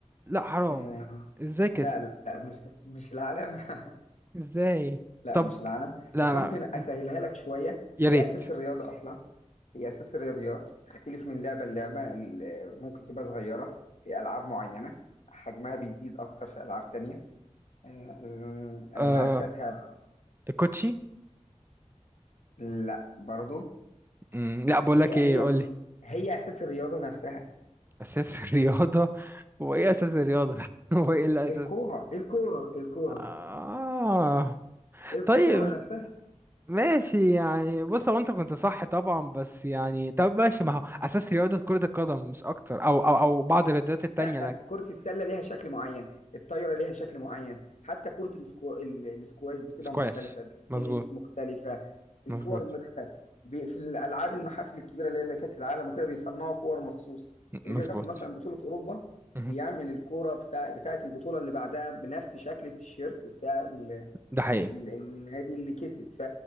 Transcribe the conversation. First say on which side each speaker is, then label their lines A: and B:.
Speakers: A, on the right; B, on the left.
A: لا حرام
B: آه،
A: ازاي كده
B: لا لا مش مش العلم <laughs>
A: ازاي
B: لا
A: طب
B: مش العالم
A: لا
B: بس
A: انا
B: انا ممكن اسهلها لك شويه
A: يا
B: هي
A: ريت
B: اساس الرياضه اصلا هي اساس الرياضيات بتختلف من لعبه للعبه ال- ممكن تبقى صغيره في العاب معينه حجمها بيزيد اكتر في العاب تانية أم- اما
A: آه
B: اساسها
A: الكوتشي
B: لا برضو
A: مم، لا بقول
B: هي
A: لك ايه
B: هي
A: قول لي
B: هي اساس الرياضه نفسها
A: اساس <laughs> الرياضه هو ايه اساس الرياضه ده؟ <laughs> هو ايه الاساس
B: الكوره الكوره الكوره
A: آه
B: الكوره
A: طيب
B: نفسها
A: ماشي يعني بص هو انت كنت صح طبعا بس يعني طب ماشي ما هو اساس رياضه كره القدم مش اكتر او او او بعض الرياضات التانية
B: لا
A: لك
B: كرة السلة ليها شكل معين، الطايرة ليها شكل معين، حتى كرة الاسكو... ال- الاسكواش بتبقى
A: سكواش
B: مختلفة، التنس
A: مظبوط
B: مختلفة،
A: مظبوط
B: الكور مختلفة، بي- في الألعاب المحافل الكبيرة اللي هي زي كأس العالم وكده بيصنعوا كور مخصوصة،
A: مظبوط
B: اللي بياخد مثلا بطولة أوروبا
A: مهم.
B: بيعمل الكورة بتاع بتاعة البطولة اللي بعدها بنفس شكل التيشيرت بتاع ال...
A: ده حقيقي
B: ال... النادي اللي كسب، ف...